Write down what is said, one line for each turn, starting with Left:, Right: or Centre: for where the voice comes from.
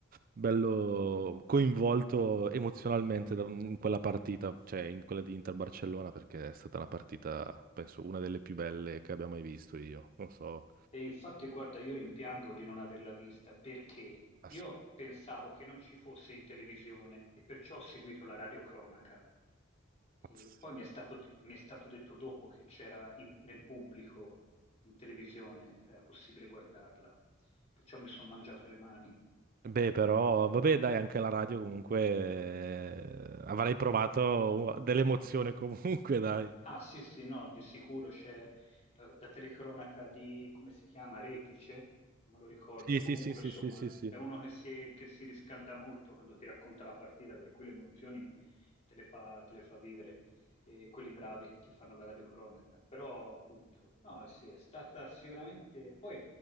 Right: bello coinvolto emozionalmente da- in quella partita, cioè in quella di Inter-Barcellona, perché è stata una partita, penso, una delle più belle che abbia mai visto io. Non so.
Left: E infatti, guarda, io rimpiango di non averla vista perché
Right: ass-
Left: io pensavo che non ci fosse in televisione e perciò ho seguito la radiocronaca. E
Right: ass-
Left: poi mi è stato, de- mi è stato detto dopo che c'era in- nel pubblico in televisione, era possibile guardarla. Perciò mi sono mangiato le mani.
Right: Beh, però, vabbè, dai, anche la radio comunque eh, avrei provato uh, dell'emozione <laughs> comunque, dai.
Left: Ah, sì, sì, no, di sicuro c'è eh, la telecronaca di, come si chiama, Repice, non me lo ricordo,
Right: Sì,
Left: comunque
Right: sì, sì, sì,
Left: insomma
Right: sì, sì, sì.
Left: è uno che si, che si riscalda molto quando ti racconta la partita, per cui le emozioni te le fa, te le fa vivere, eh, quelli bravi che ti fanno la radiocronaca, però appunto, no, sì, è stata sicuramente... Poi